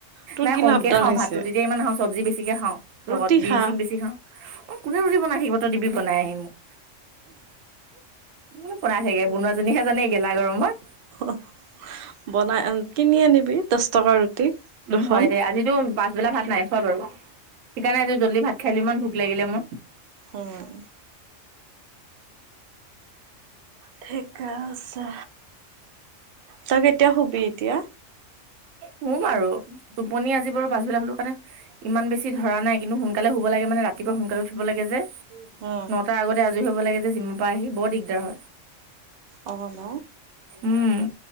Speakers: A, on the right; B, on the right.
A: তোৰ
B: নাই
A: কি
B: কমকে
A: লাভডাল
B: খাওঁ
A: হৈছে
B: ভাততো তেতিয়া ইমান নাখাও, চব্জি বেছিকে খাওঁ, লগত
A: ৰুটি
B: ডিম-চিম
A: খা
B: বেছি খাওঁ। অ কোনে ৰুটি বনাই থাকিব, তই দিবি বনাই আহি মোক। কোনে বনাই থাকে? বনোৱা জনীহে জানে গেলা গৰমত।
A: অহ, বনাই কিনি আনিবি দছ টকাৰ ৰুটি।
B: উম,
A: দুখন
B: হয় দে আজিতো পাছবেলা ভাত নাই খোৱা বাৰু। সেইকাৰণে আজি জল্দি ভাত খাই দিলোঁ, ইমান ভোক লাগিলে মোৰ।
A: উম। ঠিকে আছে। তই কেতিয়া শুবি এতিয়া?
B: শুম আৰু, টোপনি আজি বাৰু পাছবেলা শুলো কাৰণে ইমান বেছি ধৰা নাই কিন্তু সোনকালে হুব লাগে মানে ৰাতিপুৱা সোনকালে উঠিব লাগে যে।
A: উম
B: নটাৰ আগতে আজৰি হব লাগে যে জিমৰ পৰা আহি, বৰ দিগদাৰ হয়।
A: অ ন
B: উম,